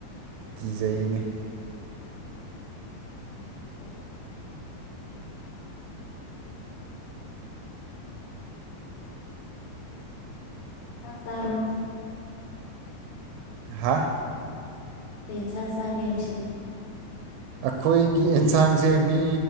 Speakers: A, on the right (about 85°); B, on the left (about 75°).
A: ꯀꯤꯖꯩꯅꯤ ꯫
B: <inaudible> ꯆꯥꯛ ꯆꯥ <unintelligible>
A: ꯍꯥ
B: ꯀꯩ ꯏꯟꯁꯥꯡ ꯆꯥꯒꯦ ꯉꯁꯤꯗꯤ?
A: ꯑꯈꯣꯏꯒꯤ ꯑꯦꯟꯁꯥꯡꯁꯦ ꯃꯤ